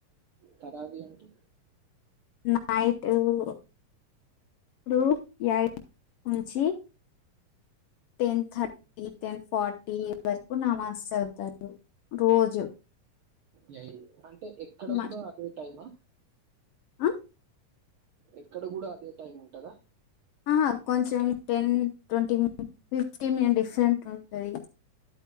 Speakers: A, on the right; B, on the left.
A: తరావి అంటే
B: నై టు ఇప్పుడు యై ద్ ఉంచి టెన్ థర్టీ టెన్ ఫార్టీ వరకు నమాజ్ చదువుతారు రోజు.
A: యై అంటే ఎక్కడ
B: మ-
A: గుడా అదే టైమా?
B: ఆ
A: ఎక్కడ గుడా అదే టైముంటదా?
B: ఆహా కొంచం ten twenty min fifteen min different ఉంటది.